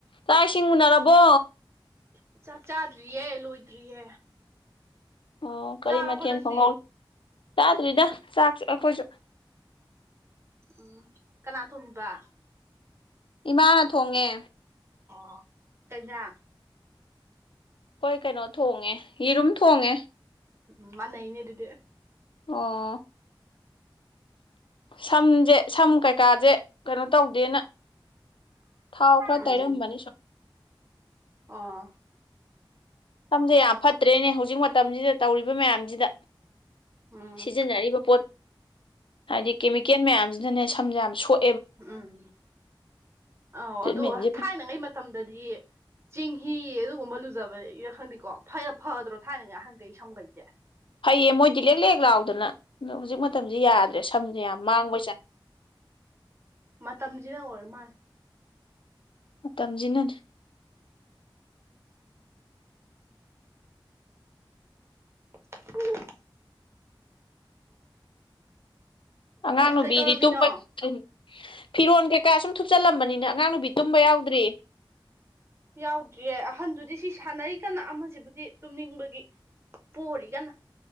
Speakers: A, on the left (about 75°); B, on the right (about 30°).
A: ꯆꯥꯛ ꯏꯁꯤꯡ ꯃꯨꯟꯅꯔꯕꯣ
B: ꯥꯆꯥꯛ ꯆꯥꯗ꯭ꯔꯤꯌꯦ ꯂꯣꯏꯗ꯭ꯔꯤꯌꯦ
A: ꯑꯣ ꯀꯔꯤ
B: ꯆꯥꯔꯕꯣ
A: ꯃꯊꯦꯜ
B: ꯅꯪꯗꯤ
A: ꯐꯣꯡꯍꯧ ꯆꯥꯗ꯭ꯔꯤꯗ ꯆꯥꯛꯁꯨ ꯑꯩꯈꯣꯏꯁꯨ
B: ꯎꯝ ꯀꯅꯥ ꯊꯣꯡꯕꯤꯕ
A: ꯏꯃꯥꯅ ꯊꯣꯡꯉꯦ
B: ꯑꯣ ꯀꯩꯩꯖꯥꯡ
A: ꯑꯩꯈꯣꯏ ꯀꯩꯅꯣ ꯊꯣꯡꯉꯦ ꯌꯦꯔꯨꯝ ꯊꯣꯡꯉꯦ
B: ꯎꯝ ꯃꯥꯟꯅꯩꯅꯦ ꯑꯗꯨꯗꯤ
A: ꯑꯣ ꯁꯝꯖꯦ ꯁꯝ ꯀꯩꯀꯥꯖꯦ ꯀꯩꯅꯣ ꯇꯧꯗꯦꯅ ꯊꯥꯎ ꯈꯔ
B: ꯎꯝ
A: ꯇꯩꯔꯝꯕꯅꯤ ꯁꯨꯝ
B: ꯑꯣ
A: ꯁꯝꯖꯦ ꯌꯥꯝ ꯐꯠꯇ꯭ꯔꯦꯅꯦ ꯍꯧꯖꯤꯛ ꯃꯇꯝꯖꯤꯗ ꯇꯧꯔꯤꯕ ꯃꯌꯥꯝꯖꯤꯗ
B: ꯎꯝ
A: ꯁꯤꯖꯤꯟꯅꯔꯤꯕ ꯄꯣꯠ ꯍꯥꯏꯗꯤ ꯀꯦꯃꯤꯀꯦꯟ ꯃꯌꯥꯝꯖꯤꯅꯅꯦ ꯁꯝꯖꯦ ꯌꯥꯝ ꯁꯣꯛ
B: ꯎꯝ ꯑꯥꯎ
A: ꯇ꯭ꯔꯤꯠꯃꯦꯟꯁꯦ
B: ꯑꯗꯣ ꯊꯥꯏꯅꯉꯩ ꯃ ꯃꯇꯝꯗꯗꯤ ꯆꯦꯡꯍꯤ ꯑꯗꯨꯒꯨꯝꯕ ꯂꯨꯖꯕꯗꯩꯔ ꯈꯪꯗꯦꯀꯣ ꯐꯩ <unintelligible> ꯐꯗ꯭ꯔꯣ ꯊꯥꯏꯅꯉꯩ ꯑꯍꯟꯒꯩ ꯁꯝꯒꯩꯖꯦ
A: ꯐꯩꯌꯦ ꯃꯣꯏꯗꯤ ꯂꯦꯛ ꯂꯦꯛ ꯂꯥꯎꯗꯅ ꯑꯗꯣ ꯍꯧꯖꯤꯛ ꯃꯇꯝꯖꯦ ꯌꯥꯗ꯭ꯔꯦ ꯁꯝꯖꯦ ꯌꯥꯝ ꯃꯥꯡꯕꯩ ꯆꯥꯡ
B: ꯃꯇꯝꯖꯤꯅ ꯑꯣꯔ ꯃꯥꯥꯜ
A: ꯃꯇꯝꯖꯤꯅꯅꯦ
B: ꯎꯝ
A: ꯑꯉꯥꯡ ꯅꯨꯨꯕꯤꯗꯤ
B: ꯀꯩꯗꯧꯔꯝꯃꯤꯅꯣ
A: ꯇꯨꯝꯕ ꯑꯝ ꯐꯤꯔꯣꯟ ꯀꯩ ꯀꯥ ꯁꯨꯝ ꯊꯨꯞꯆꯜꯂꯝꯕꯅꯤꯅ ꯑꯉꯥꯡ ꯅꯨꯕꯤ ꯇꯨꯝꯕ ꯌꯥꯎꯗ꯭ꯔꯤ
B: ꯌꯥꯎꯗ꯭ꯔꯤꯌꯦ ꯑꯍꯟꯗꯨꯗꯤ ꯁꯤ ꯁꯥꯟꯅꯔꯤ ꯀꯟꯅ ꯑꯃꯁꯤꯕꯨꯗꯤ ꯇꯨꯝꯅꯤꯡꯕꯒꯤ ꯄꯣꯔꯤ ꯀꯟꯅ